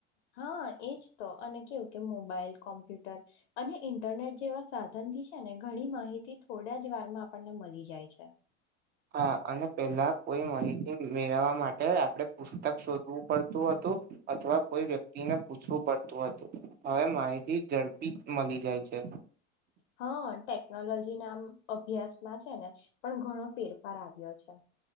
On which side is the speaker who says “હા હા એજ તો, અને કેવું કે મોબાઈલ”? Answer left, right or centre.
Left